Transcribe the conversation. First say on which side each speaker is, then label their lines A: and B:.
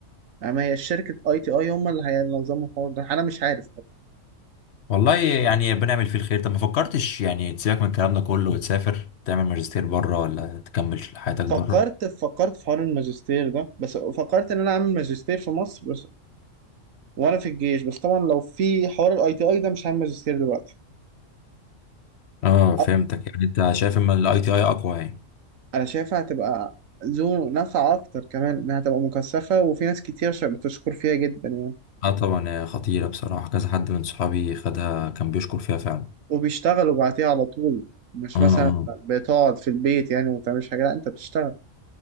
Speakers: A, on the right; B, on the left.
A: يعني ما هي شركة اي تي اي هم اللي هينظموا الحوار ده انا مش عارف
B: والله يعني بنعمل فيه الخير طب ما فكرتش يعني تسيبك من الكلام ده كله وتسافر تعمل ماجستير بره ولا تكمل حياتك
A: فكرت
B: بره
A: فكرت في حوار الماجستير ده بس فكرت ان انا اعمل ماجستير في مصر بس وانا في الجيش بس طبعا لو في حوار الاي تي اي ده مش هعمل ماجستير دلوقتي
B: اه فهمتك
A: أو-
B: يعني انت شايف ان الاي تي اي اقوى يعني
A: انا شايفها هتبقى ذو نفع اكتر كمان انها هتبقى مكثفة وفي ناس كتير ش- بتشكر فيها جدا يعني
B: اه طبعا هي خطيرة بصراحة كذا حد من صحابي خدها كان بيشكر فيها فعلا
A: وبيشتغلوا بعديها على طول مش
B: اه اه
A: مثلا بتقعد في البيت يعني وما بتعملش حاجة لا انت بتشتغل